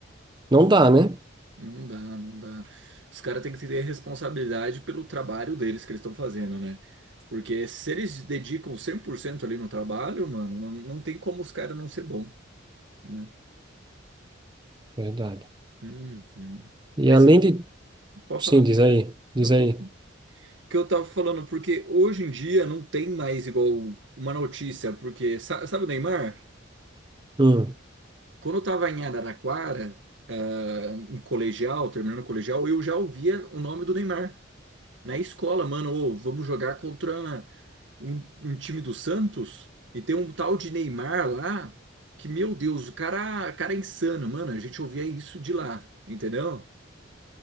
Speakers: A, on the right; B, on the right.
A: não dá, né?
B: Não dá, não dá. Os caras têm que ter responsabilidade pelo trabalho deles que eles estão fazendo, né? Porque se eles dedicam 100% ali no trabalho, mano, não, não tem como os caras não ser bom, né?
A: Verdade.
B: Uhum.
A: E
B: Mas
A: além
B: eu,
A: de...
B: pode
A: Sim,
B: falar.
A: diz aí, diz
B: Não,
A: aí.
B: pode falar. Que eu tava falando, porque hoje em dia não tem mais igual uma notícia, porque sa- sabe o Neymar?
A: Hum.
B: Quando eu tava em Araraquara, ah, em colegial, terminando o colegial, eu já ouvia o nome do Neymar. Na escola, mano, ô, vamos jogar contra. um, um time do Santos e tem um tal de Neymar lá que, meu Deus, o cara, o cara é insano, mano. A gente ouvia isso de lá, entendeu?